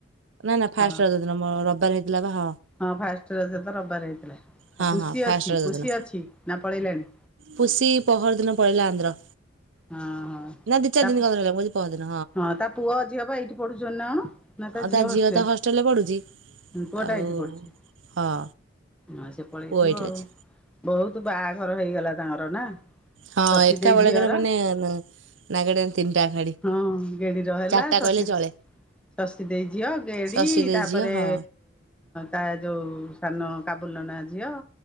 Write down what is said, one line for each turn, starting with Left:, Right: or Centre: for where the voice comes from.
Right: ନା ନା
Centre: ହଁ
Right: ଫାଷ୍ଟ ରଜ ଦିନ ମୋର ରବିବାର ହେଇଥିଲା ବା ହଁ।
Centre: ହଁ ଫାଷ୍ଟ ରଜ ତ ରବିବାର ହେଇଥିଲା।
Right: ହଁ
Centre: ଆ ପୁଷି
Right: ହଁ ଫାଷ୍ଟ
Centre: ଅଛି
Right: ରଜ
Centre: ପୁଷି
Right: ଦିନ
Centre: ଅଛି ନା ପଳେଇଲାଣି?
Right: ପୁଷି ପହର ଦିନ ପଳେଇଲା ଆନ୍ଧ୍ର।
Centre: ହଁ ହଁ
Right: ନା ଦି ଚାରି
Centre: ତାପ
Right: ଦିନ କଣ ରହିଲା ମୁଁ କହୁଛି ପହରଦିନ
Centre: ହଁ ତା ପୁଅ ଝିଅ ବା ଏଇଠି ପଢୁଛନ୍ତି ନା କଣ? ନା ତା
Right: ଆଉ
Centre: ଝିଅ ହଷ୍ଟେଲ
Right: ତ ହଷ୍ଟେଲରେ ପଢୁଛି
Centre: ହୁଁ ପୁଅ
Right: ଆଉ
Centre: ଟା ଏଇଠି ପଢୁଛି।
Right: ହଁ
Centre: ହଁ ସେ ପଳେଇଥିବ
Right: ପୁଅ ଏଇଠି
Centre: ଆଉ।
Right: ଅଛି
Centre: ବହୁତ ତୁ ବାହାଘର ହେଇଗଲା ତାଙ୍କର ନା?
Right: ହଁ
Centre: ଶଶୀ
Right: ଏକା
Centre: ଦେଇ
Right: ବେଳକରେ
Centre: ଝିଅର
Right: ମାନେ ନାଗେଡିଆନ୍ ତିନିଟା। ଏକାଠି
Centre: ହଁ ଗେଡିର ହେଲା
Right: ଚାରିଟା
Centre: ଶ
Right: କହିଲେ
Centre: ସେ
Right: ଚଳେ
Centre: ଶଶୀ ଦେଇ ଝିଅ ଗେଡି
Right: ଶଶୀ ଦେଇ
Centre: ତାପରେ
Right: ଝିଅ ହଁ
Centre: ତା ଯୋଉ ସାନ କାବୁଲ ନନା ଝିଅ